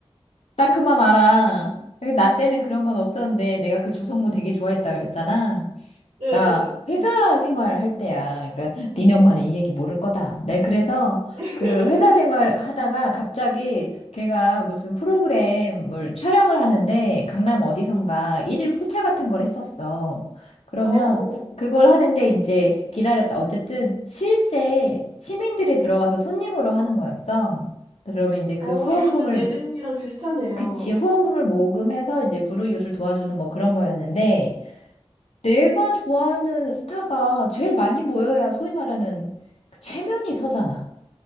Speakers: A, on the left; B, on the right.
A: 나 그만 알아. 나 때는 그런 건 없었는데 내가 그 조성모 되게 좋아했다 그랬잖아.
B: 예.
A: 나 회사 생활할 때야. 그러니까 니네 엄마는 이 얘기 모를 거다. 네 그래서
B: <laughs>
A: 그 회사 생활 하다가 갑자기 걔가 무슨 프로그램을 촬영을 하는데 강남 어디선가 일일 포차 같은 걸 했었어. 그러면
B: 어,
A: 그걸 하는데 이제 기다렸다. 어쨌든 실제 시민들이 들어가서 손님으로 하는 거였어. 그러면 이제 그
B: 어,
A: 후원금을
B: 요즘 예능이랑 비슷하네요.
A: 그치 후원금을 모금해서 이제 불우이웃을 도와주는 뭐 그런 거였는데 내가 좋아하는 스타가 제일 많이 모여야 소위 말하는 그 체면이 서잖아.